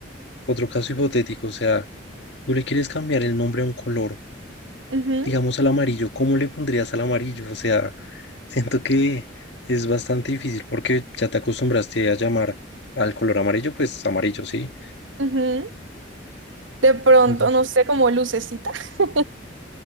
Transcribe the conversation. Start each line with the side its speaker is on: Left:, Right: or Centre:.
Left: otro caso hipotético. O sea, tú le quieres cambiar el nombre a un color,
Right: Ujú,
Left: Digamos al amarillo, ¿cómo le pondrías al amarillo? O sea, <laughs> siento que es bastante difícil porque ya te acostumbraste a llamar al color amarillo, pues amarillo, ¿sí?
Right: ujú. De pronto,
Left: Entonces,
Right: no sé, como lucecita <laughs>